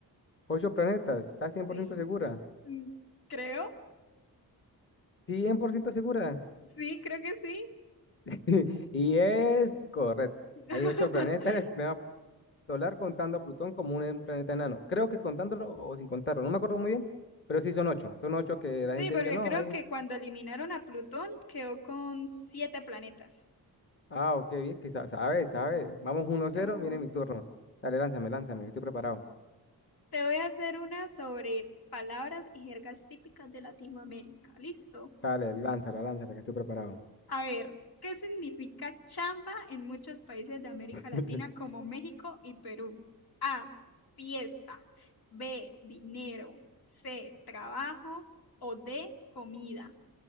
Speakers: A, on the left; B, on the left.
A: Ocho planetas, ¿estás 100%
B: Sí.
A: segura?
B: Mm, Creo.
A: cien por ciento segura.
B: Sí, creo que sí.
A: <laughs> Y es correcto.
B: <laughs>
A: Hay ocho planetas en el sistema solar contando a Plutón como un en- planeta enano. Creo que contándolo o sin contarlo, no me acuerdo muy bien, pero sí son ocho. Son ocho que la
B: Sí,
A: gente
B: porque
A: diga, no,
B: creo
A: hay ocho.
B: que cuando eliminaron a Plutón quedó con siete planetas.
A: Ah, ok, bien, que sa- sabe, sabe. Vamos 1
B: Claro.
A: cero viene mi turno. Dale, lánzame, lánzame, que estoy preparado.
B: Te voy a hacer una sobre palabras y jergas típicas de Latinoamérica. ¿Listo?
A: Dale, lánzala, lánzala, que estoy preparado.
B: A ver, ¿qué significa chamba en muchos países de América
A: <laughs>
B: Latina como México y Perú? A, fiesta. B, dinero. C, trabajo. O D, comida.